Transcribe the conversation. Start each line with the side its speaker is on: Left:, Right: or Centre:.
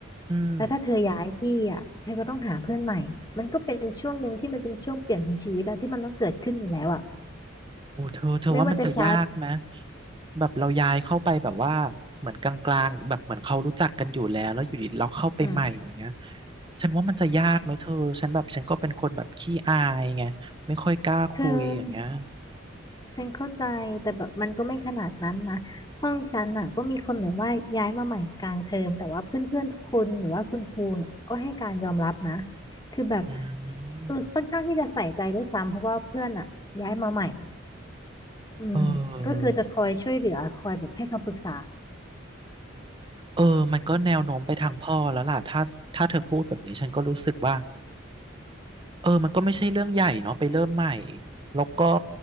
Right: อืม
Left: แล้วถ้าเธอย้ายที่อะเธอก็ต้องหาเพื่อนใหม่มันก็เป็นช่วงหนึ่งที่มันเป็นช่วงเปลี่ยนของชีวิตอะที่มันต้องเกิดขึ้นอยู่แล้วอะ
Right: โอ้เธอเธอว่ามันจะยากไหม
Left: ไม่ว่าจะช้า
Right: แบบเราย้ายเข้าไปแบบว่าเหมือนกลางๆแบบเหมือนเขารู้จักกันอยู่แล้วแล้วอยู่ดีเราเข้าไปใหม่อย่างเงี้ย
Left: อืม
Right: ฉันว่ามันจะยากไหมเธอฉันแบบฉันก็เป็นคนแบบขี้อายไงไม่ค่อยกล้าคุยอย่างเงี้ย
Left: เธอ ฉันเข้าใจแต่แบบมันก็ไม่ขนาดนั้นนะห้องฉันน่ะก็มีคนเหมือนว่าย้ายมาใหม่กลางเทอมแต่ว่าเพื่อนๆทุกคนหรือว่าคุณครูเนี่ยก็ให้การยอมรับนะคือแบบ
Right: อืม
Left: เออค่อนข้างที่จะใส่ใจด้วยซ้ำเพราะว่าเพื่อนอ่ะย้ายมาใหม่อืมก็คือจะคอยช่วยเหลือคอยแบบให้คำปรึกษา
Right: เออเออมันก็แนวโน้มไปทางพ่อแล้วล่ะถ้าถ้าเธอพูดแบบนี้ฉันก็รู้สึกว่าเออมันก็ไม่ใช่เรื่องใหญ่เนาะไปเริ่มใหม่แล้วก็